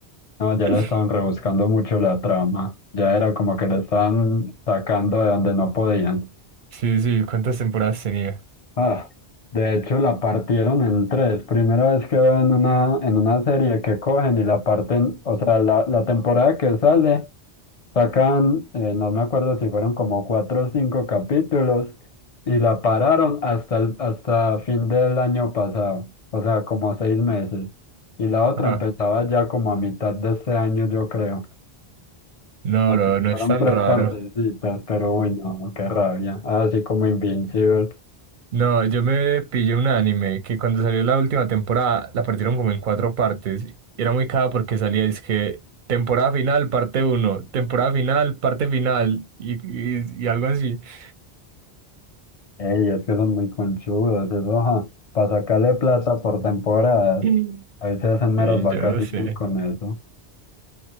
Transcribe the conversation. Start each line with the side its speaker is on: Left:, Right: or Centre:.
Left: No, ya
Right: <laughs>
Left: le estaban rebuscando mucho la trama. Ya era como que la estaban sacando de donde no podían.
Right: Sí, sí, ¿cuántas temporadas tenía?
Left: Ah, de hecho la partieron en tres. Primera vez que veo en una, en una serie que cogen y la parten, o sea, la, la temporada que sale, sacan, eh, no me acuerdo si fueron como cuatro o cinco capítulos, y la pararon hasta el, hasta fin del año pasado, o sea, como seis meses. Y la otra
Right: Ah,
Left: empezaba ya como a mitad de este año, yo creo.
Right: no,
Left: O
Right: bro,
Left: sea,
Right: no
Left: fueron
Right: es tan
Left: tres
Right: raro.
Left: partecitas, pero uy, no, qué rabia. Así como Invincible.
Right: No, yo me pillé un anime que cuando salió la última temporada la partieron como en cuatro partes. Era muy cada porque salía, es que temporada final, parte uno, temporada final, parte final y, y, y algo así. <laughs>
Left: Ey, es que son muy conchudos, eso, ajá. Para sacarle plata por temporadas.
Right: Mm.
Left: Ahí se hacen meras
Right: Sí,
Left: vacaciones
Right: yo no sé.
Left: con eso.